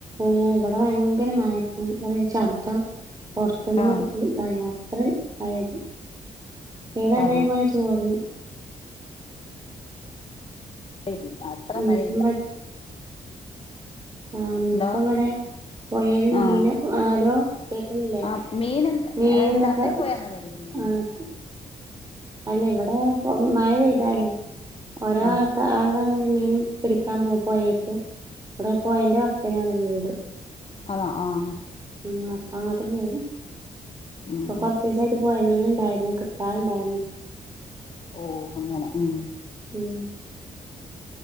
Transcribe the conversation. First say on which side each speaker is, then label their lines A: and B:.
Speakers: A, on the right; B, on the left.
A: ഇവിടെ ഭയങ്കരമായട്ടും ശബ്ദം. പുറത്തുന്നും
B: ആ
A: കൊടുക്കയാത്ര അയത് ഏത അതേപോലെ
B: ആ
A: ചോർന്നു.
B: ല്ല അത്ര
A: ഇനിയിപ്പം
B: മഴയില്ല.
A: ആ
B: എന്തോ
A: ഇപ്പൊ ഇവിടെ പോയെല് മീന്
B: ആ
A: ആരോ കേക്കുന്നില്ലേ
B: ആ മീൻ
A: മീനുംന്തൊക്കെ
B: ചന്തേ പോയാന്നോ മേടിക്കുന്നേ
A: ആഹ് അല്ല ഇവിടെ ഇ മഴ പെയ്താലേ ഓരോ
B: ആ
A: ആൾക്ക ആളുക മീനും പിടിക്കാൻ പോ പോയേക്ക് അവിടെ പോയന്റെ വക്കനാണ്ള്ളത്.
B: ആന്നോ ആഹ്
A: ഉ അപ്പ അങ്ങോട്ട് പോവും.
B: ഉം
A: അപ്പൊ കൊറച്ചസായിട്ട് പോയമീൻ ഇണ്ടായിരുന്നു ട്ടണ്ട <unintelligible>
B: ഓ അങ്ങനെ ഉം.
A: ഉം